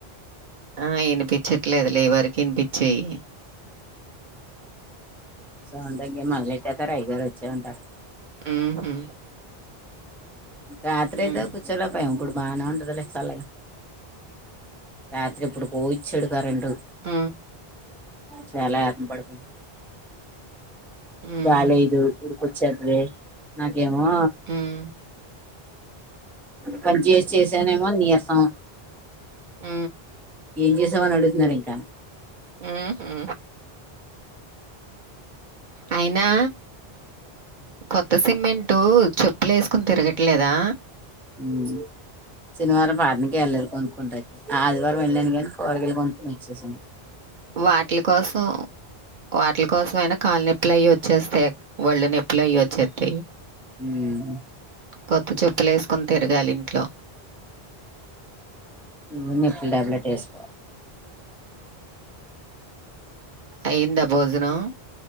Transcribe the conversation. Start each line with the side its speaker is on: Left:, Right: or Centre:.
Right: ఆ ఇనిపించట్లేదులే ఎవరికి ఇనిపిచ్చాయి
Centre: సౌంద్ దగి మల్లెట్టతారు అయ్యగారు వచ్చే ఉంటారు
Right: హుహు.
Centre: రాత్రేదో
Right: హ్మ్.
Centre: కూచోలేక పోయం ఇప్పుడు బానే ఉంటదిలే చల్లగా రాత్రి ఏప్పుడుకో ఇచ్చాడు కరెంటు
Right: ఆ
Centre: చాలా ఆర్మ్ పడుపో
Right: హ్మ్.
Centre: గాలైదు ఊర్కొచెద్ది నా ఏమో
Right: హ్మ్.
Centre: పని చేసి చేసా నేమో నీరసం
Right: ఊ
Centre: ఏం చేసావని అడుగుతున్నారు ఇంకా
Right: ఉహు అయినా కొత్త సిమెంటు చెప్పులేసుకోని తిరగట్లేదా
Centre: మ్ శనివారం పాటకెళ్లలేదు కొనుక్కుంటది ఆదివారం వెళ్ళాను కానీ కూరగాయలు కొనుక్కుని వచ్చేసా
Right: వాటిల కోసం వాటిల కోసమయినా కాలి నెప్ అట్లయి వచ్చేస్తే వళ్ళు నొప్పిలయి వచ్చేత్తే
Centre: మ్
Right: కొత్త చెప్పులు వేసుకుని తిరగాలి ఇంట్లో
Centre: ను మెట్ల్ టాబ్లెట్ వేసుకో
Right: అయ్యిందా భోజనం